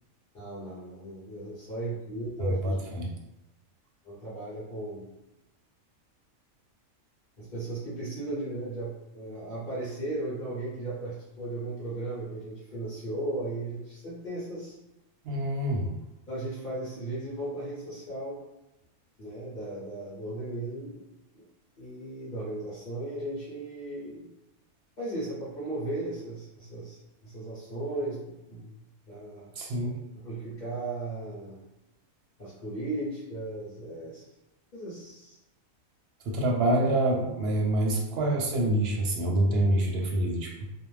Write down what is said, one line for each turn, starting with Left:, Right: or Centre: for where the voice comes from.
Left: Não, não, eu, eu só edito,
Right: Ah,
Left: a gente
Right: bota fé.
Left: não trabalha com as pessoas que precisam de, de a- aparecer, ou então alguém que já participou de algum programa que a gente financiou, aí a gente sempre tem essas.
Right: Hum.
Left: Então a gente faz esses vídeos e vão para a rede social né, da, da- do organismo e da organização, e a gente faz isso, é para promover essas, essas, essas ações, para
Right: Sim.
Left: amplificar as políticas, é, essas coisas.
Right: Tu trabalha, é, mas qual é o seu nicho, assim? Eu não tenho um nicho definido, tipo,